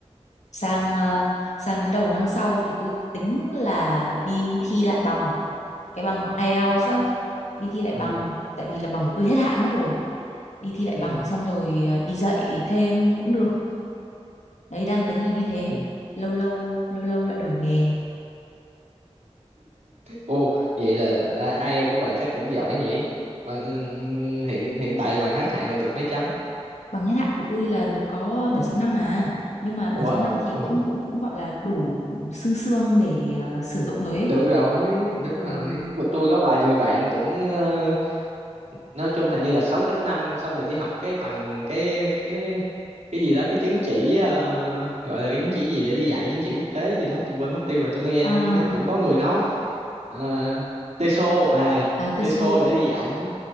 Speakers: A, on the left (about 85°); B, on the right (about 75°).
A: sang ờ, sang đến đầu năm sau thì tôi tính là đi thi lại bằng cái bằng IELTS á đi thi lại
B: Ồ.
A: bằng tại vì là bằng của tôi hết hạn mất rồi đi thi lại
B: Ừ.
A: bằng xong rồi à, đi dạy thêm cũng được đấy đang tính là như thế
B: Ừ.
A: lâu lâu lâu lâu lại đổi nghề
B: Ồ, vậy là à, IELTS của bà chắc cũng giỏi nhỉ? Ờ, ừm, Hiện hiện tại bằng hát hạng là được mấy chấm?
A: bằng hết hạn của tôi là được có 7 năm mà nhưng mà 7
B: Wow,
A: năm thì cũng cũng cũng gọi là đủ xương xương để à, sử dụng rồi ấy
B: được rồi, đúng rồi.
A: ừ.
B: Mà Tôi có vài người bạn cũng ờ, nói chung hình như là sáu chấm năm xong rồi đi học cái bằng cái cái cái gì đó cái chứng chỉ ờ, gọi là cái chứng chỉ gì để đi dạy chứng chỉ quốc tế gì đó tôi quên mất tiêu rồi tôi nghe
A: à,
B: cũng có người nói uh, TESOL à
A: à TESOL
B: TESOL để đi dạy